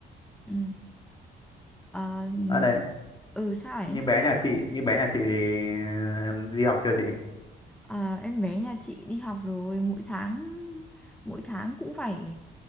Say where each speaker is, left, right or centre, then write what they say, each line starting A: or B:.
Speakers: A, in the centre; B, on the left (about 25°).
A: ừ. Ờ,
B: à đấy
A: ừ sao ấy
B: như bé nhà chị như bé nhà chị thì em đi học chưa chị
A: À, em bé nhà chị đi học rồi mỗi tháng mỗi tháng cũng phải